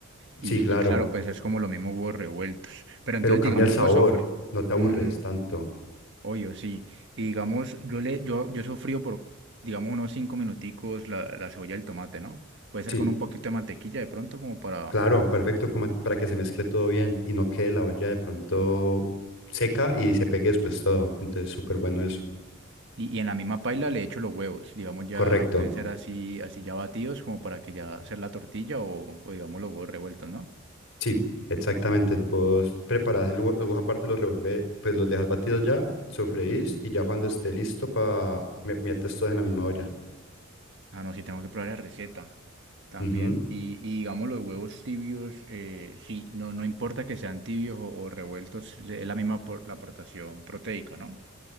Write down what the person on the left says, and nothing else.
Sí, claro,
pero cambia
el sabor,
no te aburres
tanto.
Sí,
claro, perfecto, como para que se mezcle todo bien y no quede la olla de pronto seca y se pegue después todo. Entonces, súper bueno eso.
Correcto.
Sí, exactamente. Vos preparás, el huevo- los huevos aparte los revolvés, pues los dejas batidos ya, sofreís y ya cuando esté listo para metes todos en la misma olla.
Ujú.